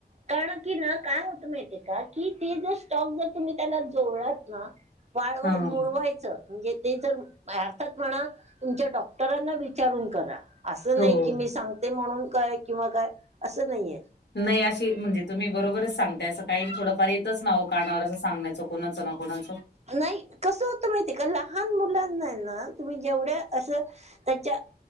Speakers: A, on the right; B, on the left.
A: कारण की ना काय होत माहितीय का की ते जर स्टॉक जर तुम्ही त्याला जोडलात ना वाळवाय
B: हां.
A: मुरवायचं. म्हणजे ते जर अर्थात म्हणा तुमच्या डॉक्टरांना विचारून करा. असं
B: हो,
A: नाही
B: हो.
A: की मी सांगते म्हणून काय किंवा काय असं नाहीय.
B: नाही अशी म्हणजे तुम्ही बरोबरच सांगताय असं काही थोड फार येतच नाव कानावर असं सांगण्याचो कोणाचं ना कोणाचं.
A: नाही कसं होतं माहिती आहे का लहान मुलांना ना तुम्ही जेवढ्या असं त्याच्या